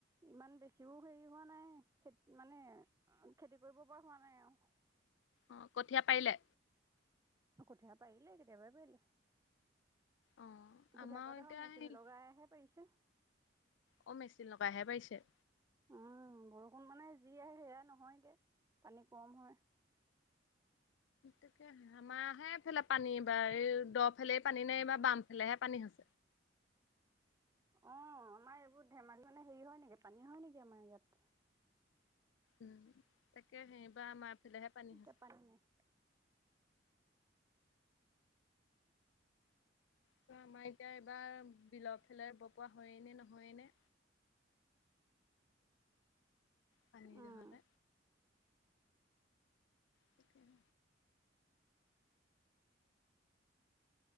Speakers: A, on the right (about 15°); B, on the left (about 80°).
A: ইমান বেছিও হেৰি হোৱা নাই খেতি মানে খেতি কৰিব পৰা হোৱা নাই আৰু
B: অ' কঠীয়া পাৰিলে।
A: কঠীয়া পাৰিলে, কেতিয়াবা পাৰিলে।
B: অ আমাৰ
A: গঠীয়া পৰাতোহে
B: এতিয়া
A: মেচিন
B: সেই
A: লগাইহে পাৰিছে।
B: অ' মেচিন লগাইহে পাৰিছে।
A: উম, বৰষুণ মানে যি আহে সেয়াই নহয়গে পানী কম হয়।
B: তাকে আমাৰাহেফালে পানী এইবাৰ এই দ ফেলে পানী নাই, এইবাৰ বাম ফালেহে পানী হৈছে।
A: <inaudible> অ' আমাৰ এইবোৰ ধেমালি মানে হেৰি হয় নেকি পানী হয় নেকি আমাৰ ইয়াত
B: উম, তাকেহে এইবা আমাৰফালেহে পানী
A: এতিয়া
B: হৈছে।
A: নাই
B: ত' আমাৰ এতিয়া এইবাৰ বিলৰ ফেলাই ব পৰাোৱা হয়েই নে নহয়েই নে। পানী
A: উম
B: যহতে সেইটোৱে